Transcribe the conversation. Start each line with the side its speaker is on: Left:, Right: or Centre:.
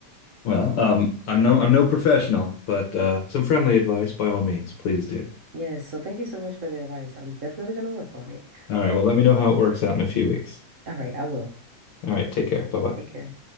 Left: Well, um, I'm no I'm no professional, but uh, some friendly advice by all means, please do.
Right: Yes. So thank you so much for the advice. I'm definitely gonna work on it.
Left: All right, well, let me know how it works out in a few weeks.
Right: <laughs> All right, I will.
Left: All right. Take care. Bye bye.
Right: Take care.